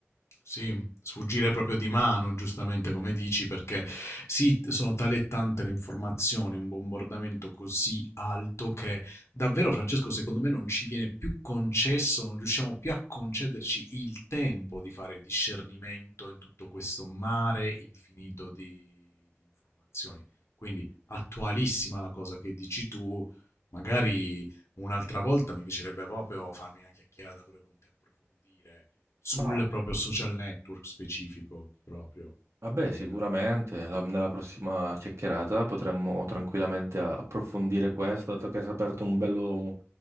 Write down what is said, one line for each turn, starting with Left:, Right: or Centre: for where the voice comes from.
Left: Sì, sfuggire proprio di mano, giustamente come dici, perché sì, sono tale e tante le informazioni, un bombardamento così alto che davvero, Francesco, secondo me non ci viene più concesso, non riusciamo più a concederci il tempo di fare discernimento in tutto questo mare infinito di, di informazioni. Quindi attualissima la cosa che dici tu, magari un'altra volta mi piacerebbe proprio farmi una chiacchierata pure con te, approfondire sul
Right: Ma
Left: proprio social network specifico proprio.
Right: Vabbè,
Left: Che...
Right: sicuramente, la- nella prossima chiacchierata potremmo tranquillamente a- approfondire questo, dato che hai aperto un bello,